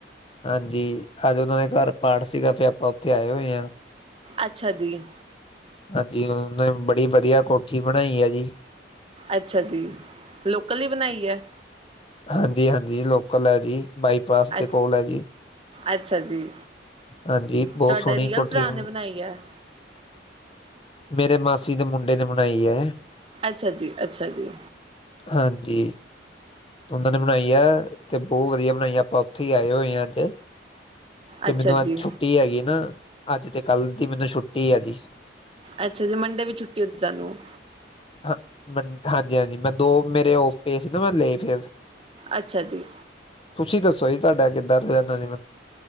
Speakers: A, on the left; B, on the right.
A: ਹਾਂਜੀ ਅੱਜ ਉਹਨਾਂ ਦੇ ਘਰ ਪਾਠ ਸੀਗਾ, ਫਿਰ ਆਪਾਂ ਉੱਥੇ ਆਏ ਹੋਏ ਆਂ।
B: ਅੱਛਾ ਜੀ
A: ਹਾਂਜੀ, ਉਹਨੇ ਬੜੀ ਵਧੀਆ ਕੋਠੀ ਬਣਾਈ ਹੈ ਜੀ
B: ਅੱਛਾ ਜੀ, ਲੋਕਲ ਹੀ ਬਣਾਈ ਹੈ
A: ਹਾਂਜੀ ਹਾਂਜੀ ਲੋਕਲ ਹੈ ਜੀ, ਬਾਈਪਾਸ ਦੇ
B: ਅ
A: ਕੋਲ ਹੈ ਜੀ
B: ਅੱਛਾ ਜੀ,
A: ਹਾਂਜੀ ਬਹੁਤ
B: ਤੁਹਾਡੇ
A: ਸੋਹਣੀ
B: ਰੀਅਲ
A: ਕੋਠੀ
B: ਭਰਾ ਨੇ ਬਣਾਈ ਹੈ
A: ਮੇਰੇ ਮਾਸੀ ਦੇ ਮੁੰਡੇ ਨੇ ਬਣਾਈ ਹੈ
B: ਅੱਛਾ ਜੀ ਅੱਛਾ ਜੀ
A: ਹਾਂਜੀ ਉਹਨਾਂ ਨੇ ਬਣਾਈ ਐ, ਤੇ ਬਹੁਤ ਵਧੀਆ ਬਣਾਈ ਐ, ਆਪਾਂ ਉੱਥੇ ਹੀ ਆਏ ਹੋਏ ਆਂ ਅੱਜ ਕਿ
B: ਅੱਛਾ
A: ਮੈਨੂੰ ਅੱਜ
B: ਜੀ,
A: ਛੁੱਟੀ ਹੈਗੀ ਨਾ, ਅੱਜ ਤੇ ਕੱਲ ਦੀ ਮੈਨੂੰ ਛੁੱਟੀ ਹੈ ਜੀ
B: ਅੱਛਾ ਜੀ ਮੰਡੇ ਵੀ ਛੁੱਟੀ ਹੁੰਦੀ ਤੁਹਾਨੂੰ
A: ਹ ਹਾਂਜੀ ਹਾਂਜੀ ਮੈਂ ਦੋ ਮੇਰੇ ਆਫ਼ਿਸ ਨੇ, ਮੈਂ ਲੇ ਫਿਰ
B: ਅੱਛਾ ਜੀ
A: ਤੁਸੀਂ ਦੱਸੋ ਜੀ ਤੁਹਾਡਾ ਕਿੱਦਾਂ ਰਹਿੰਦਾ ਜੀਵਨ